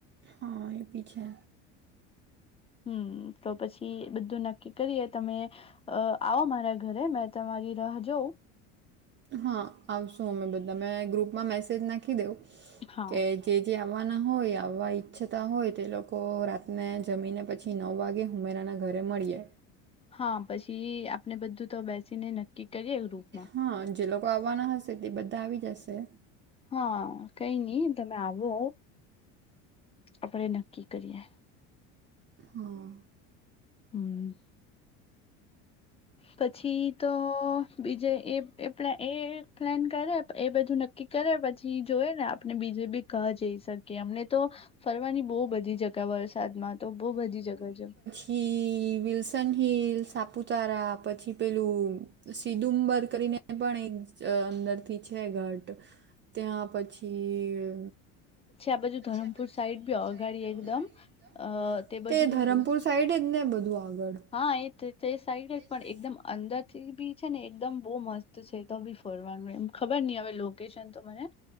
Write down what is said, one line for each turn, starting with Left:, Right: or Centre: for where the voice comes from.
Right: હા એ ભી છે.
Left: હમ તો પછી બધું નક્કી કરીએ તમે અ આવો મારા ઘરે મેં તમારી રાહ જોઉં
Right: હા આવશુ અમે બધા મે ગ્રુપમા મેસેજ નાખી દઉં
Left: હા
Right: કે જે જે આવવાના હોય આવવા ઈચ્છતા હોય તેલોકો રાતને જમીને પછી નવ વાગે હુમેરાના ઘરે મળીએ
Left: હા પછી આપણે બધુ તો બેસીને નક્કી કરીએ ગ્રુપમાં
Right: હા જેલોકો આવવાના હશે તે બધા આવી જશે
Left: હા કઈ નહી તમે આવો આપણેે નક્કી કરીએ
Right: હા
Left: હમ પછી તો બીજે એ એ પેલા એ પ્લાન કરે એ બધુ નક્કી કરે પછી જોઈને આપને બીજેબી કા જઈ શકીએ એમનેતો ફરવાની બોબધી જગા વરસાદમાતો બોબધી જગા છે
Right: હી વિલ્સનહિલ સાપુતારા પછી પેલુ સીદુંમબર કરીને પણ એક અ અંદરથી છે ઘાટ ત્યાં પછી અ
Left: આ
Right: પછી
Left: ધરમપુર
Right: આ બાજુ
Left: સાઈડ
Right: ધરમપુર
Left: બી
Right: <unintelligible>
Left: અગાડી એકદમ અ બાજુ
Right: તે
Left: બી
Right: ધરમપુર
Left: બહુ
Right: સાઈડજ ને બધુ આગળ
Left: હા એતે સાઈડ જ પણ
Right: સા-
Left: એકદમ અંદર થીબી છે ને એકદમ બહુ મસ્ત છે તોબી ફરવાનુ એમ ખબર નહી હવે લોકેશનતો મને